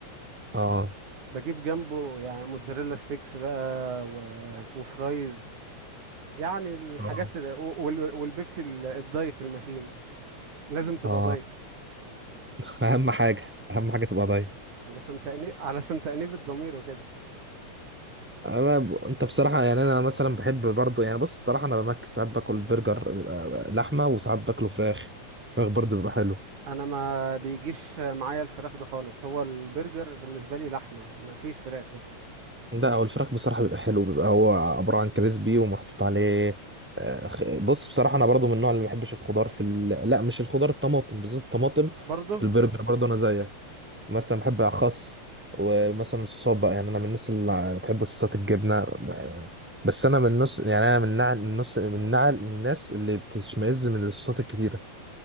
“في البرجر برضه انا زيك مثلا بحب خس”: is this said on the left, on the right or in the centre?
Centre